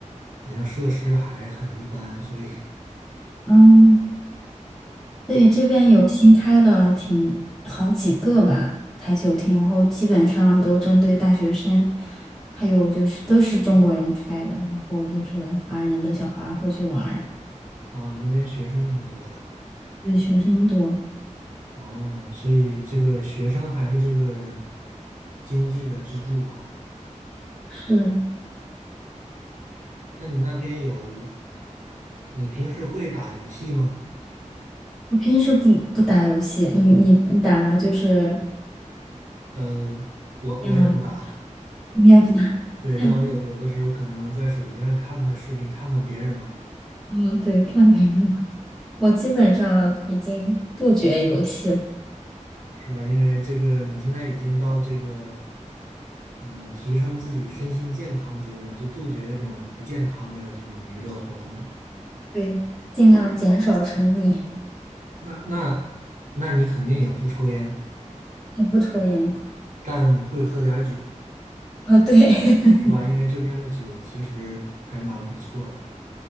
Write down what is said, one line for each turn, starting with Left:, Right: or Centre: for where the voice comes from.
Right: 好像设施还很一般，所以 <laughs>
Centre: 嗯。对，这边有新开了挺好几个吧台球厅，然后基本上都针对大学生，还有就是都是中国人开的，然后就是华人的小孩儿会去玩儿，
Right: 啊，你那边学生挺多的。
Centre: 对，学生多。
Right: 哦，所以这个学生还是这个经济的支柱哈。
Centre: 是，
Right: 那你那边有，你平时会打游戏吗？
Centre: 我平时不不打游戏，你你你打吗？就是
Right: 呃，我我也不打，
Centre: 电脑你也不打？
Right: <laughs> 对，
Centre: <laughs>
Right: 但我有有的时候可能在手机上看看视频，看看别人玩。
Centre: 嗯，对，看别人玩我基本上已经杜绝游戏了，
Right: 是吧？因为这个你现在已经到这个呃提升自己身心健康阶段，就杜绝这种不健康的这种娱乐活动了
Centre: 对，尽量减少沉迷，
Right: 那那那你肯定也不抽烟，
Centre: 我不抽烟。
Right: 但会喝点儿酒，
Centre: 哦，对，<laughs>
Right: 是吧？因为这边的酒其实还蛮不错的，